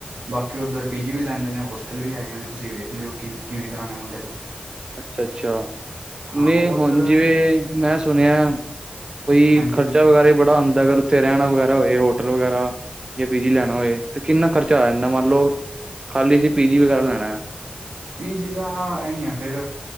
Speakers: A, on the right (about 80°); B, on the right (about 30°).
A: ਬਾਕੀ ਉੱਧਰ ਪੀ ਜੀ ਵੀ ਲੈਦੇ ਨੇ। ਹੋਸਟਲ ਵੀ ਹੈਗੇ ਨੇ ਤੁਸੀ ਵੇਖ ਲਿਓ ਕਿ ਕਿਵੇਂ ਕਰਾਣਾ ਮੁੰਡੇ ਦਾ।
B: ਅੱਛਾ-ਅੱਛਾ।
A: ਹਾਂ
B: ਨਹੀਂ
A: ਉੱਧਰ
B: ਹੁਣ ਜਿਵੇਂ ਮੈਂ ਸੁਣਿਆ ਬਈ
A: ਹਾਂਜੀ
B: ਖ਼ਰਚਾ
A: ਹਾਂਜੀ
B: ਵਗੈਰਾ ਬੜਾ ਆਦਾਂਗਾ। ਉੱਥੇ ਰਹਿਣਾ, ਵਗੈਰਾ ਹੋਏ ਹੋਟਲ ਵਗੈਰਾ, ਜਾਂ ਪੀ ਜੀ ਲੈਣਾ ਹੋਏ ਤੇ ਕਿੰਨਾਂ ਖਰਚਾ ਆ ਜਾਂਦਾ ਮੰਨ ਲਓ ਖਾਲੀ ਅਸੀ ਪੀ ਜੀ ਵਗੈਰਾ ਲੈਣਾ।
A: ਪੀ ਜੀ ਤਾਂ ਆਈ ਆ ਫਿਰ।